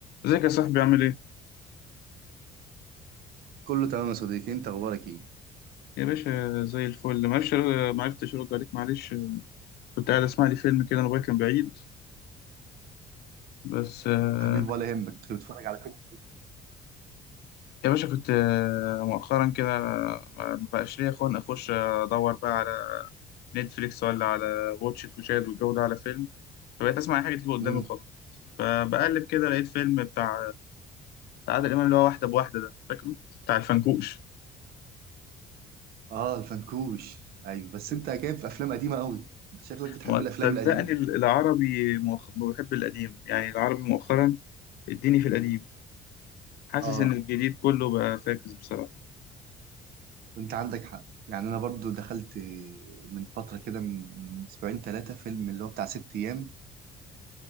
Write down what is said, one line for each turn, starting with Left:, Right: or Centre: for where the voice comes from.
Left: ازيك يا صاحبي عامل ايه؟
Right: كله تمام يا صديقي انت اخبارك ايه
Left: يا باشا زي الفل معرفش معرفتش ارد عليك معلش كنت قاعد اسمع لي فيلم كده الموبايل كان بعيد بس آه،
Right: حبيبي ولا يهمك كنت بتتفرج على فيلم
Left: يا باشا كنت آه، مؤخرا كده ما ما بقاش ليا خلق اخش ادور بقى على نتفليكس ولا على واتشت وشاهد والجو ده على فيلم فبقيت اسمع اي حاجه تيجي قدامي
Right: امم
Left: وخلاص فبقلب كده لقيت فيلم بتاع بتاع عادل امام اللي هو واحده بواحده ده فاكره بتاع الفنكوش
Right: اه الفنكوش ايوه بس انت جايب في افلام قديمه قوي بس شكلك بتحب
Left: ما
Right: الافلام
Left: صدقني
Right: القديمه
Left: العربي مؤخ... بحب القديم يعني العربي مؤخرا اديني في القديم حاسس
Right: اه
Left: ان الجديد كله بقى فاكس بصراحه
Right: انت عندك حق يعني انا برضو دخلت من فتره كده من من اسبوعين ثلاثه فيلم اللي هو بتاع ست ايام